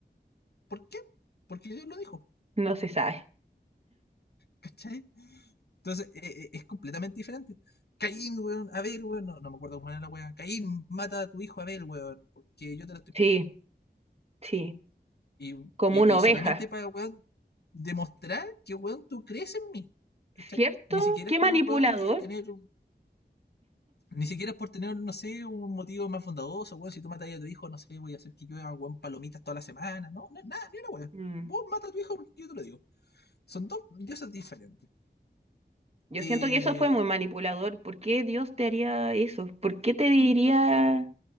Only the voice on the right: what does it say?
No se sabe.
Sí, sí.
Como una
oveja.
¿Cierto?
¿Qué
manipulador?
Mm,
Yo
siento que eso fue muy manipulador. ¿Por qué Dios te haría eso? ¿Por qué te diría...